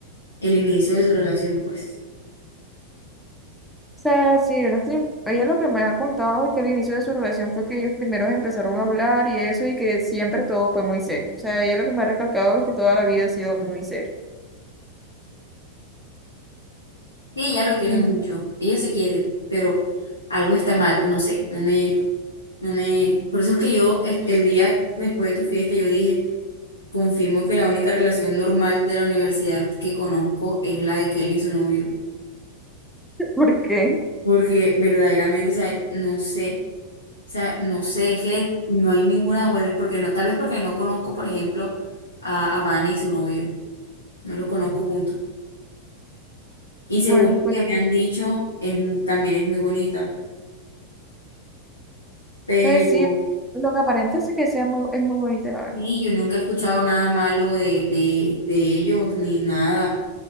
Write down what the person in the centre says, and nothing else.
o sea, sí, yo no estoy- ella lo que me ha contado es que al inicio de su relación fue que ellos primero empezaron a hablar y eso, y que siempre todo fue muy serio. O sea, ella lo que me ha recalcado es que toda la vida ha sido muy serio.
Entonces,
<laughs> ¿por qué?
Bueno,
pues,
pues sí, lo que aparenta es que sea muy, es muy bonita, la verdad.